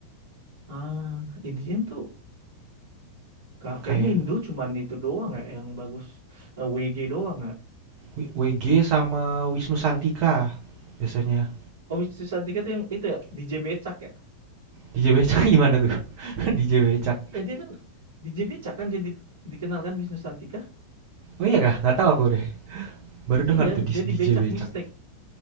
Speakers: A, on the right; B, on the right.
A: Ah, EDM tuh ka- kayaknya
B: kayak
A: Indo cuman itu doang ya yang bagus. Eh, WG doang ya.
B: W- WG sama Wisnu Santika biasanya.
A: Oh, Wisnu Santika tuh yang itu ya, DJ Becak ya.
B: DJ Becak gimana tuh? <laughs> DJ Becak.
A: Iya, dia kan DJ Becak kan dia di- dikenalkan Wisnu Santika.
B: Oh iya kah? Nggak tahu aku deh. Baru dengar
A: Iya,
B: tuh di
A: jadi
B: DJ
A: Becak
B: Becak.
A: Mixtape.